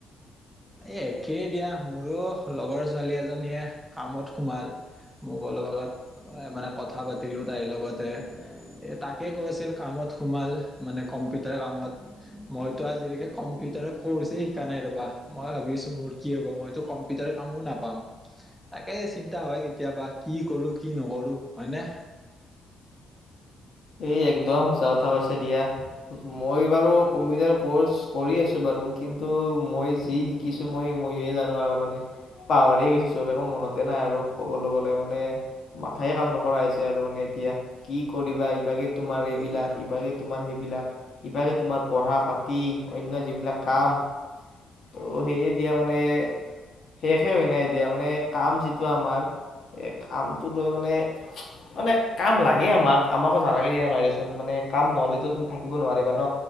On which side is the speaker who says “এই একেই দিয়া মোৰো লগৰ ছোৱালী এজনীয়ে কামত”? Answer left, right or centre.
Centre